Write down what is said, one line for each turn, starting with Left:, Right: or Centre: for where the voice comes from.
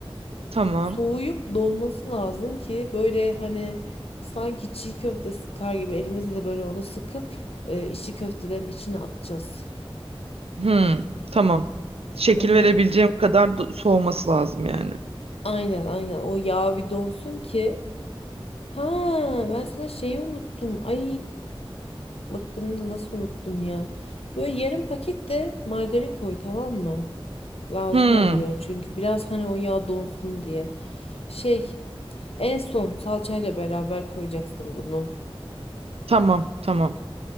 Right: Tamam.
Left: soğuyup donması lazım ki böyle hani sanki çiğ köfte sıkar gibi elimizde de böyle onu sıkıp e, içi köftelerin içine atacağız.
Right: Hmm, tamam. Şekil
Left: Hı hı.
Right: verebileceğim kadar do- soğuması lazım yani.
Left: Aynen aynen o yağ bir donsun ki. Ha ben sana şeyi unuttum. Ay bak bunu da nasıl unuttum ya. Böyle yarım paket de margarin koy tamam mı? Lazım
Right: Hmm,
Left: oluyor çünkü biraz hani o yağ donsun diye. Şey en son salçayla beraber koyacaksın bunu.
Right: tamam, tamam.